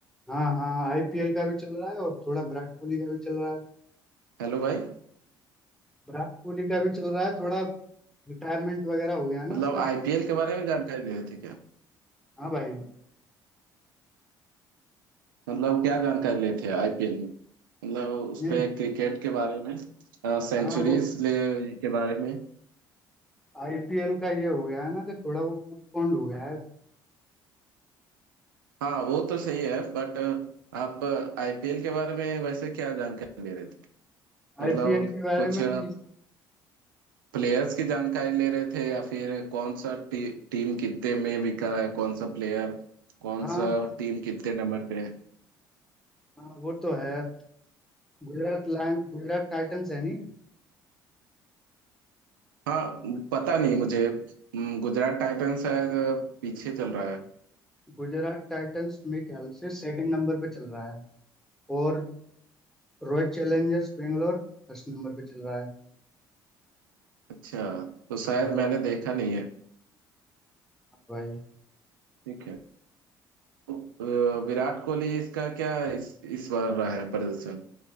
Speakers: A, in the centre; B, on the right.
A: हाँ हाँ आईपीएल का भी चल रहा है और थोड़ा विराट कोहली का भी चल रहा है
B: हेलो भाई
A: विराट कोहली का भी चल रहा है थोड़ा रिटायरमेंट वगैरह हो गया है
B: मतलब
A: ना उसका
B: आईपीएल के बारे में जानकारी ले रहे थे क्या
A: हाँ भाई
B: मतलब क्या जानकारी लेते हैं आईपीएल में मतलब उस
A: ये
B: पे क्रिकेट के बारे में सेंचुरीज
A: हाँ वो
B: ले के बारे में
A: आईपीएल का ये हो गया है ना कि थोड़ा वो पोस्टपोन्ड हो गया है
B: हाँ वो तो सही है बट आप आईपीएल के बारे में वैसे क्या जानकारी ले रहे थे
A: आईपीएल
B: मतलब
A: के बारे
B: कुछ
A: में मैं
B: प्लेयर्स की जानकारी ले रहे थे या फिर कौन सा टी, टीम कितने में बिका है कौन सा प्लेयर कौन
A: हाँ
B: सा टीम कितने नंबर पे है
A: हाँ वो तो है गुजरात लैंड गुजरात टाइटंस है नहीं
B: हाँ पता नहीं मुझे हम्म, गुजरात टाइटंस शायद पीछे चल रहा है
A: गुजरात टाइटंस मेरे ख्याल से सेकंड नंबर पे चल रहा है और royal challengers Bangalore first number पे चल रहा है
B: अच्छा तो शायद
A: हाँ भाई
B: मैंने देखा नहीं है
A: हाँ भाई
B: ठीक है अ, विराट कोहली इसका क्या इस, इस बार रहा है प्रदर्शन